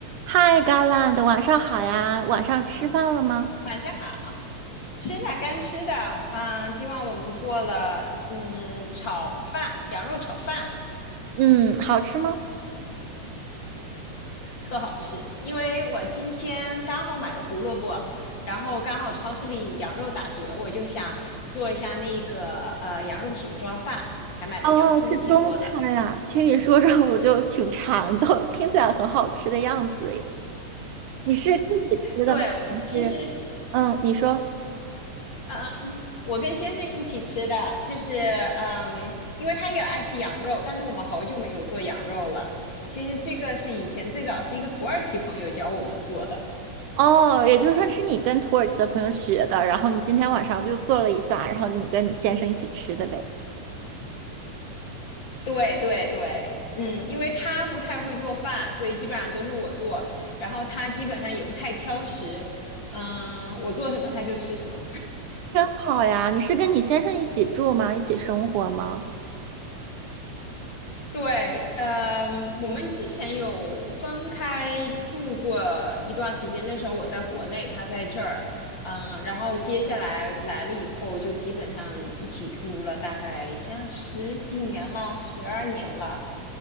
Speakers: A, on the right; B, on the left.
A: 嗨 g a r l a d 晚上好呀！晚上吃饭了吗？
B: 晚上好，吃了刚吃的，嗯，今晚我们做了嗯炒饭，羊肉炒饭，
A: 嗯，好吃吗？
B: 特好吃。因为我今天刚好买了胡萝卜，然后刚好超市里羊肉打折，我就想做一下那个呃羊肉手抓饭，还买了洋葱一起做的。
A: 哦，是中餐呀。听你说着我就挺馋的，听起来很好吃的样子耶你是自己吃的吗？
B: 对，
A: 还是
B: 其实
A: 嗯，你说
B: 嗯，我跟先生一起吃的，就是嗯，因为他也爱吃羊肉，但是我们好久没有做羊肉了。其实这个是以前最早是一个土耳其朋友教我们做的。
A: 哦，也就是说是你跟土耳其的朋友学的，然后你今天晚上就做了一下，然后你跟你先生一起吃的呗。
B: 对对对，嗯，因为他不太会做饭，所以基本上都是我做，然后他基本上也不太挑食，嗯，我做什么他就吃什么。
A: 好呀，你是跟你先生一起住吗？一起生活吗？
B: 对，嗯，我们之前有分开住过一段时间，那时候我在国内，他在这儿，嗯，然后接下来来了以后，就基本上一起住了，大概像十几年了，十二年了，